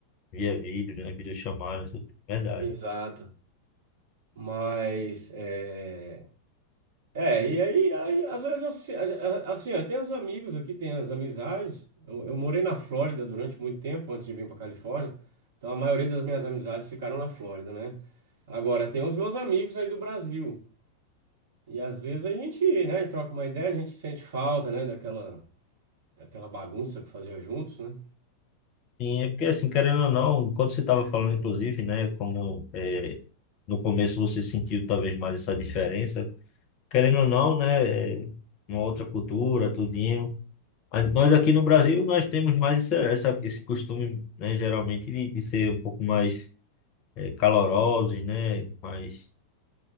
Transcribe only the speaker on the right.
Exato. Mas é, É, e aí, aí, às vezes, assim, a- a- assim, ó, tem os amigos aqui, tem as amizades. Eu, eu morei na Flórida durante muito tempo antes de vir para Califórnia, então a maioria das minhas amizades ficaram na Flórida, né? Agora, tem os meus amigos aí do Brasil, e às vezes a gente, né, troca uma ideia, a gente sente falta, né, daquela, daquela bagunça que fazia juntos, né?